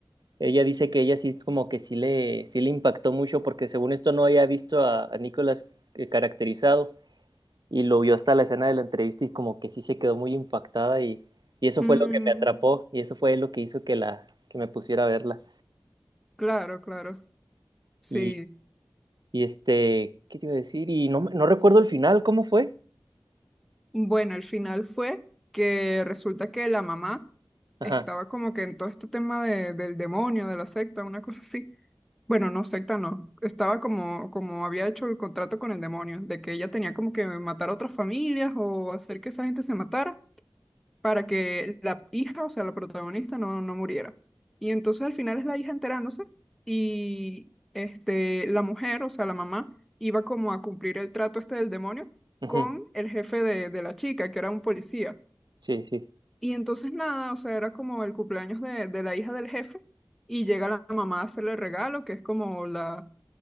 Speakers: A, on the right; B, in the centre.
A: ella dice que ella sí, como que sí le, sí le impactó mucho porque según esto no había visto a, a Nicolas eh, caracterizado. y lo vio hasta la escena de la entrevista y como que sí se quedó muy impactada y, y eso
B: Mm,
A: fue lo que me atrapó y eso fue lo que hizo que la que me pusiera a verla.
B: claro, claro, sí.
A: Y, y este, ¿qué te iba a decir? Y no, me- no recuerdo el final, ¿cómo fue?
B: Bueno, el final fue que resulta que la mamá
A: Ajá.
B: estaba como que en todo este tema de- del demonio, de la secta, una cosa así. Bueno, no, secta no. Estaba como, como había hecho el contrato con el demonio, de que ella tenía como que matar a otras familias o hacer que esa gente se matara para que la hija, o sea, la protagonista, no, no muriera. Y entonces al final es la hija enterándose y este, la mujer, o sea, la mamá, iba como a cumplir el trato este del demonio
A: ujú,
B: con el jefe de, de la chica, que era un policía.
A: Sí, sí.
B: Y entonces nada, o sea, era como el cumpleaños de, de la hija del jefe y llega la mamá a hacerle el regalo, que es como la,